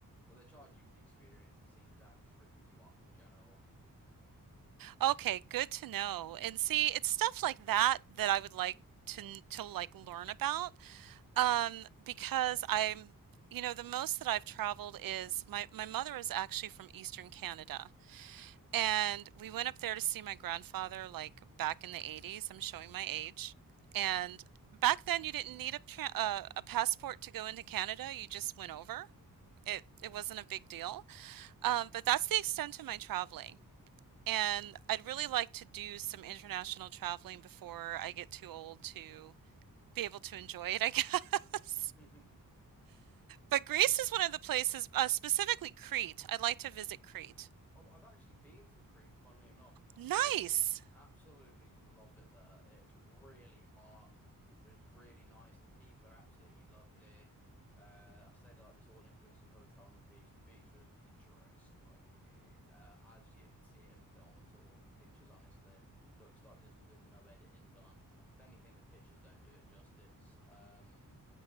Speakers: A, in the centre; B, on the right (about 75°).
A: well, they're charging you for the experience, it seems, and just ripping you off in general.
B: Okay, good to know. And see, it's stuff like that that I would like to to like learn about. Um, because I'm, you know, the most that I've traveled is my my mother is actually from Eastern Canada. And we went up there to see my grandfather, like back in the 80s. I'm showing my age. And back then, you didn't need a tra- uh, a passport to go into Canada. You just went over. It it wasn't a big deal. Um, but that's the extent of my traveling. And I'd really like to do some international traveling before I get too old to be able to enjoy it, I guess.
A: <laughs>
B: <laughs> But Greece is one of the places, uh, specifically Crete. I'd like to visit Crete.
A: Oh, I've actually been to Crete, funnily enough.
B: Nice.
A: Beautiful. You'd absolutely love it there. It's really hot, but it's really nice. The people are absolutely lovely. Uh, I stayed at like this all-inclusive hotel on the beach. The beach was picturesque, like it uh, as you'd see it in the films or the pictures. Honestly, looks like there's been no editing done. If anything, the pictures don't do it justice. Um,